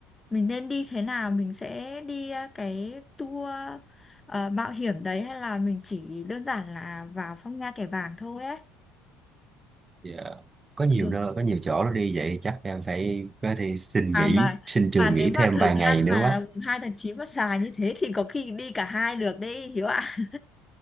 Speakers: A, on the left; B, on the right.
A: mình nên đi thế nào mình sẽ đi à, cái tour à, mạo hiểm đấy hay là mình chỉ đơn giản là vào phong nha kẻ bàng thôi ấy
B: dạ có nhiều
A: ừ.
B: nơi có nhiều chỗ nó đi vậy chắc em phải có thể xin
A: à
B: nghỉ
A: mà
B: xin trường
A: mà
B: nghỉ
A: nếu mà
B: thêm
A: thời
B: vài
A: gian
B: ngày nữa
A: mà
B: quá
A: hai tháng chín mà xài như thế thì có khi đi cả hai được đấy Hiếu ạ